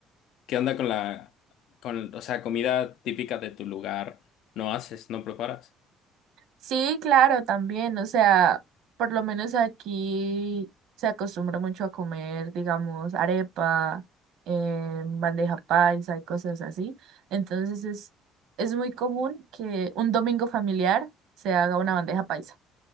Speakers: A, on the left (about 70°); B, on the right (about 75°).
A: qué onda con la, con, o sea, comida típica de tu lugar? ¿No haces, no preparas?
B: Sí, claro, también, o sea, por lo menos aquí se acostumbra mucho a comer, digamos, arepa, eh, bandeja paisa y cosas así. Entonces es, es muy común que un domingo familiar se haga una bandeja paisa.